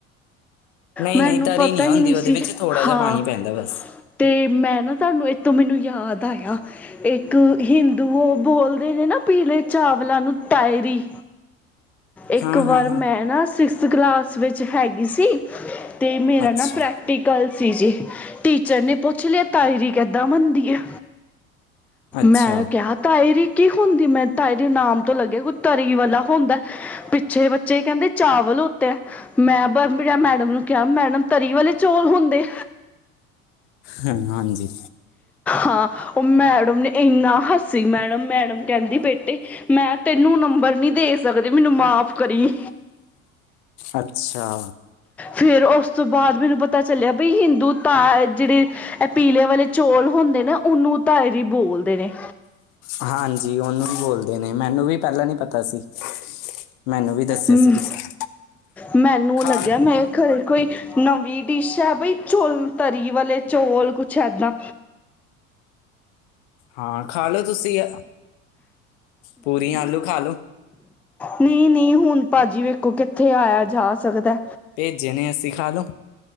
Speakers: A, on the left (about 55°); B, in the centre.
A: ਨਹੀਂ
B: ਮੈਨੂੰ
A: ਨਹੀਂ ਤਰੀ
B: ਪਤਾ ਹੀ
A: ਹੁੰਦੀ
B: ਨਹੀਂ
A: ਉਹਦੇ
B: ਸੀ
A: ਵਿੱਚ ਥੋੜਾ ਜਿਹਾ
B: ਹਾਂ,
A: ਪਾਣੀ ਪੈਂਦਾ ਬਸ
B: ਤੇ ਮੈਂ ਨਾ ਤੁਹਾਨੂੰ, ਇਹਥੋਂ ਮੈਨੂੰ ਯਾਦ ਆਇਆ। ਇੱਕ ਹਿੰਦੂ ਉਹ ਬੋਲਦੇ ਨੇ ਨਾ, ਪੀਲੇ ਚਾਵਲਾਂ ਨੂੰ ਤਾਇਰੀ ਇੱਕ
A: ਹਾਂ ਹਾਂ
B: ਵਾਰ
A: ਹਾਂ
B: ਮੈਂ ਨਾ ਸਿਕਸਥ ਕਲਾਸ ਵਿੱਚ ਹੈਗੀ ਸੀ। ਅਤੇ ਮੇਰਾ
A: ਅੱਛਾ
B: ਨਾ ਪ੍ਰੈਕਟ ਕਲ ਸੀ ਜੀ, ਟੀਚਰ ਨੇ ਪੁੱਛ ਲਿਆ ਤਾਾਇਰੀ ਕਿੱਦਾਂ ਬਨਦੀ ਹੈ
A: ਅੱਛਾ
B: ਮੈਂ ਕਿਹਾ ਤਾਏਰੀ ਕੀ ਹੁੰਦੀ ਮੈਂ ਤਾਈ ਦੇ ਨਾਮ ਤੋਂ ਲੱਗਿਆ ਕੋਈ ਤਰੀ ਵਾਲਾ ਹੁੰਦਾ। ਪਿੱਛੇ ਬੱਚੇ ਕਹਿੰਦੇ ਚਾਵਲ ਉਤੇ ਹੈ ਮੈਂ ਬਰ ਮੈਡਮ ਨੂੰ ਕਿਹਾ ਮੈਡਮ ਤਰੀ, ਵਾਲੇ ਚੌਲ ਹੁੰਦੇ,
A: ਹਾਂ, ਹਾਂਜੀ
B: ਹਾਂ ਉਹ ਮੈਡਮ ਨੇ, ਇੰਨਾ ਹਸੀ ਮੈਡਮ, ਮੈਡਮ ਕਹਿੰਦੀ ਬੇਟੇ ਮੈਂ ਤੈਨੂੰ ਨੰਬਰ ਨਹੀਂ ਦੇ ਸਕਦੀ, ਮੈਨੂੰ ਮਾਫ਼ ਕਰੀ।
A: ਅੱਛਾ,
B: ਫੇਿਰ ਉਸ ਤੋਂ ਬਾਅਦ ਮੈਨੂੰ ਪਤਾ ਚੱਲਿਆ ਬਈ ਹਿੰਦੂ ਤਾ ਜਿਹੜੇ ਇਹ ਪੀਲੇ ਵਾਲੇ ਚੌਲ ਹੁੰਦੇ ਨਾ, ਉਹਨੂੰ ਤਾਇਰੀ ਬੋਲਦੇ ਨੇ
A: ਹਾਂਜੀ, ਉਹਨੂੰ ਵੀ ਬੋਲਦੇ ਨੇ, ਮੈਨੂੰ ਵੀ ਪਹਿਲਾਂ ਨੀ ਪਤਾ ਸੀ। ਮੈਨੂੰ ਵੀ ਦੱਸਿਆ
B: ਮ-
A: ਸੀ ਕਿਸੇ
B: ਮੈਨੂੰ
A: ਖ
B: ਲੱਗਿਆ ਮੈਂ ਖਰੇ ਕੋਈ ਨਵੀਂ ਡਿਸ਼ ਹੈ ਭਈ ਚੌਲ ਤਰੀ ਵਾਲੇ ਚੌਲ ਕੁਛ ਇੱਦਾਂ
A: ਹਾਂ ਖਾ ਲੋ ਤੁਸੀਂ ਪੂਰੀਆਂ ਆਲੂ ਖਾਲੋ।
B: ਨਹੀਂ-ਨਹੀਂ ਹੁਣ ਭਾਜੀ ਵੇਖੋ ਕਿੱਥੇ ਆਇਆ ਜਾ ਸਕਦਾ ਐ।
A: ਭੇਜੇ ਨੇ ਅਸੀ ਖਾ ਲੋ।